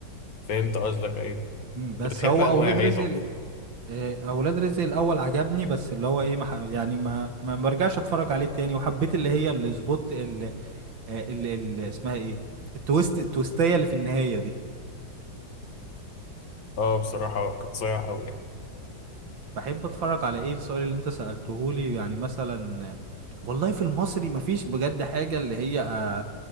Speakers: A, on the left (about 80°); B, on the right (about 75°).
A: فهمت قصدك أيوه
B: مم، بس
A: أنت بتحب
B: هو
A: أنواع
B: اولاد
A: إيه
B: رزق
A: طب
B: ال- آه، اولاد رزق الاول عجبني بس اللي هو ايه ما ح- يعني ما ما برجعش اتفرج عليه تاني وحبيت اللي هي السبوت اللي, اللي, اللي اسمها ايه التويست التويستيه اللي في النهايه دي
A: اه بصراحة كانت صايعة قوي يعني
B: بحب اتفرج على ايه السؤال اللي انت سألتهولي يعني مثلا والله في المصري مفيش بجد حاجة اللي هي آه،